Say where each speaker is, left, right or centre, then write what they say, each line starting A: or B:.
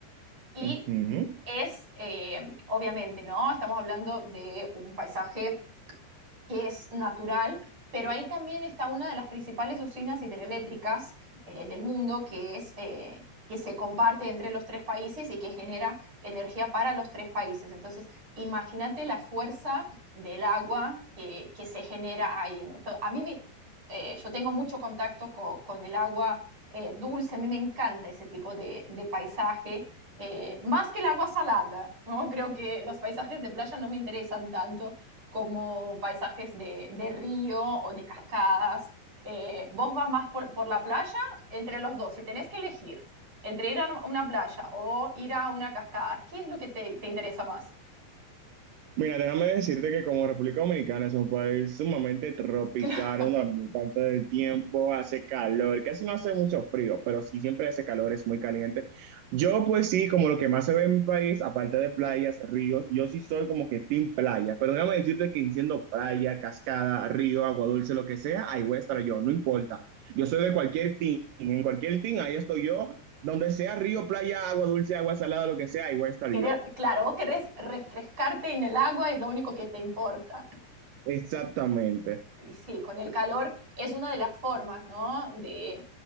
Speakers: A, on the right; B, on the right.
A: Y
B: Ujú.
A: es, eh, obviamente, ¿no? Estamos hablando de un paisaje que es natural, pero ahí también está una de las principales usinas hidroeléctricas eh, del mundo, que es eh, que se comparte entre los tres países y que genera energía para los tres países. Entonces, imagínate la fuerza del agua que, que se genera ahí. ¿no? Entonces, a mí me- eh, yo tengo mucho contacto co- con, el agua eh, dulce, a mí me encanta ese tipo de, de paisaje, eh, más que el agua salada, ¿no? Creo que los paisajes de playa no me interesan tanto como paisajes de, de río o de cascadas. Eh, vos vas más por, por la playa, entre los dos, si tenés que elegir entre ir a una playa o ir a una cascada, ¿qué es lo que te, te interesa más?
B: Mira, déjame decirte que como República Dominicana es un país sumamente tropical,
A: <laughs>
B: una la mayor parte del tiempo hace calor, casi no hace mucho frío, pero sí siempre hace calor, es muy caliente. Yo pues sí, como lo que más se ve en mi país, aparte de playas, ríos, yo sí soy como que team playa, pero déjame decirte que siendo playa, cascada, río, agua dulce, lo que sea, ahí voy a estar yo, no importa. Yo soy de cualquier team, en cualquier team, ahí estoy yo, donde sea río, playa, agua dulce, agua salada, lo que sea, ahí voy a estar
A: Querer,
B: yo.
A: claro, vos querés refrescarte en el agua, es lo único que te importa.
B: Exactamente.
A: y sí, con el calor es una de las formas, ¿no? De,